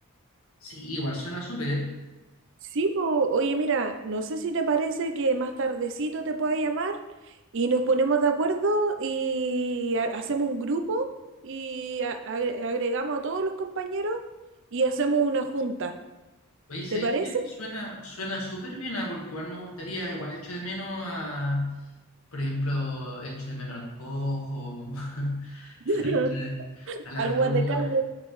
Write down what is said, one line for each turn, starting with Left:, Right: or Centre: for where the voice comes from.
Left: Sí, igual suena súper.
Right: Sí, po. Oye, mira, no sé si te parece que más tardecito te pueda llamar y nos ponemos de acuerdo y ha- hacemos un grupo y a- agre- agregamos a todos los compañeros y hacemos una junta.
Left: Oye, ¿sabéis
Right: ¿Te parece?
Left: qué? Suena, suena súper bien, ah, porque igual me gustaría, igual echo de menos a, por ejemplo, echo de menos al cojo, <laughs>
Right: <laughs>
Left: echo de- a la
Right: Al
Left: bruja.
Right: Guatecán